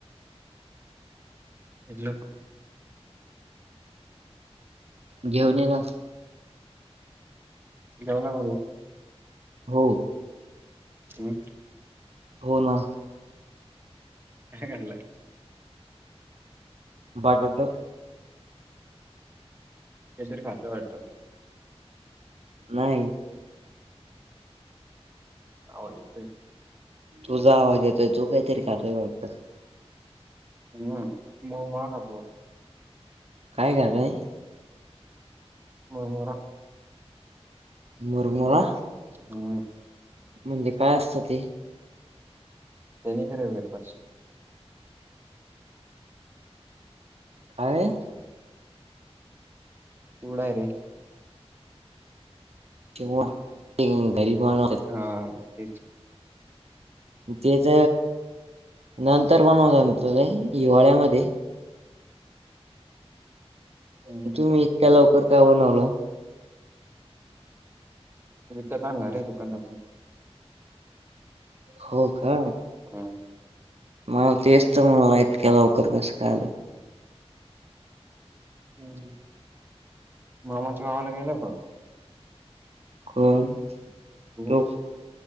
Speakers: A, on the right; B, on the right.
A: हॅलो
B: घेऊन ये ना
A: जावला करू
B: हो
A: हम्
B: हो ना
A: काय खाल्लाय?
B: बाटात
A: ते जरी खातं वाटतं
B: नाही.
A: हज ते
B: तुझा आवाज येतोय तू काहीतरी खातोय वाटत
A: हम्म म मा हबवा
B: काय का बाय
A: मरमरा
B: मरमरा
A: हो
B: म्हणजे काय असत ते
A: त्यानीकरवेपर्स
B: कााय
A: तूडा रे
B: केव गरीबन
A: हा तेच
B: त्याच नंतर कोण होत त हिवाळ्यामध्ये
A: हम्म
B: ग तुम्ही इतका लवकर का बनवला
A: तू इथत आणला रे दुकानातून
B: हो का
A: हम
B: माग तेस् म्हणालातक्यालाोकर कस काले
A: हुं हुं मामाच्या गावाला गेला होता
B: कोण
A: हम्म
B: तो